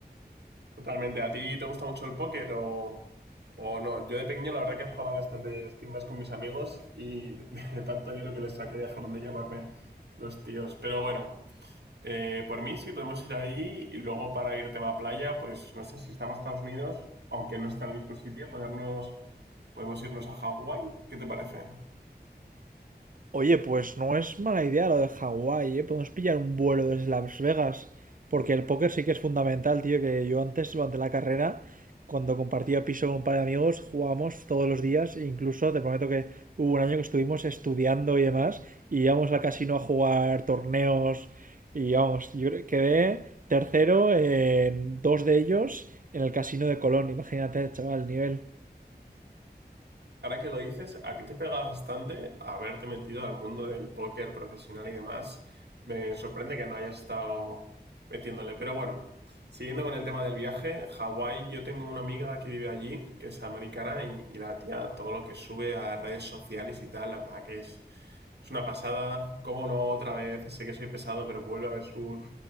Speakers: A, on the right; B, on the right.
A: Totalmente. ¿A ti te gusta mucho el póker o, o no? Yo de pequeño la verdad que jugaba bastante timbas con mis amigos y de, de tanto dinero que les saqué dejaron de llamarme los tíos. Pero bueno. Eh, por mí sí podemos ir ahí y luego para ir tema playa, pues no sé si estamos en Estados Unidos, aunque no está en el mismo sitio, ponernos, podemos irnos a Hawái. ¿Qué te parece?
B: Oye, pues no es mala idea lo de Hawái, ¿eh? Podemos pillar un vuelo desde Las Vegas, porque el póker sí que es fundamental, tío, que yo antes, durante la carrera, cuando compartía piso con un par de amigos, jugábamos todos los días, e incluso te prometo que hubo un año que estuvimos estudiando y demás, y íbamos al casino a jugar torneos, y vamos, yo creo- quedé tercero en dos de ellos en el casino de Colón, imagínate, chaval, el nivel.
A: Ahora que lo dices, a ti te pega bastante haberte metido al mundo del póker profesional y demás. Me sorprende que no hayas estado metiéndole. Pero bueno, siguiendo con el tema del viaje, Hawái, yo tengo una amiga que vive allí, que es americana, y, y la tía, todo lo que sube a redes sociales y tal, la verdad que es Es una pasada. Cómo no, otra vez, sé que soy pesado, pero vuelve a haber surf.